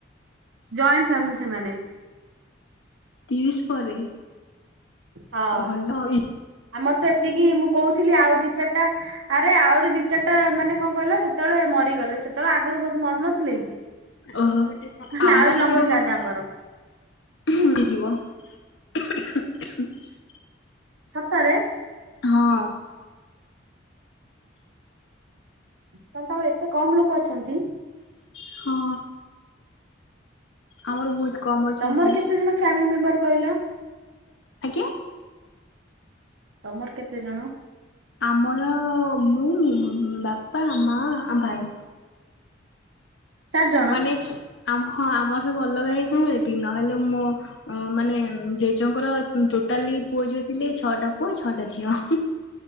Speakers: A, on the right (about 75°); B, on the left (about 65°).
A: ଜଏଣ୍ଟ ଫ୍ୟାମିଲି ସେମାନେ।
B: ତିରିଶି ପରେ
A: ହଁ
B: ଭଲ ଇ
A: ଆମର ତ ଏତିକି ମୁଁ କହୁଥିଲି ଆଉ ଦି ଚାରିଟା ଆରେ ଆହୁରି ଦି ଚାରିଟା ମାନେ କଣ କହିଲ ସେତେବେଳେ ମରିଗଲେ। ସେତେବେଳେ ଆଗୁରୁ ବହୁତ ମରୁନଥିଲେ କି।
B: ଓହୋ
A: ନହେଲେ
B: ଆମର
A: ଆହୁରି ଲମ୍ବିଥାନ୍ତା
B: ଗୋ ତ
A: ଆମର
B: ହେଇଯିବ। <inaudible>
A: ସତରେ
B: ହଁ।
A: ତାହେଲେ ତମର ଏତେ କମ୍ ଲୋକ ଅଛନ୍ତି।
B: ହଁ। ଆମର ବହୁତ କମ ଅଛନ୍ତି
A: ତମର କେତେ ଜଣ ଫ୍ୟାମିଲି ମେମ୍ବର। କହିଲ।
B: ଆଜ୍ଞା।
A: ତମର କେତେ ଜଣ?
B: ଆମର ମୁଁ ବାପା ମା ଆ ଭାଇ।
A: ଚାରି ଜଣ
B: ମାନେ ଆମ ହଁ ଆମର ସ ଅଲଗା ହେଇ ସବୁ ଏତି ନହେଲେ ମୋ ମାନେ ଜେଜେଙ୍କର ଟୋଟାଲି ପୁଅ ଯୋଉ ଥିଲେ ଛଅଟା ପୁଅ ଛଅଟା ଝିଅ।